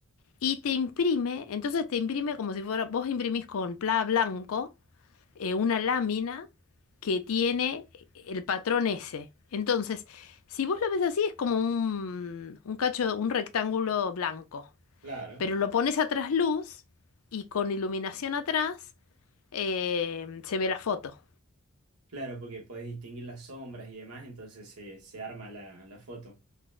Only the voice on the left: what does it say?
y te imprime, entonces te imprime como si fuera, vos imprimís con pla blanco eh, una lámina que tiene el patrón ese. Entonces, si vos lo ves así, es como un, un cacho, un rectángulo blanco.
Pero lo pones a trasluz y con iluminación atrás eh, se ve la foto.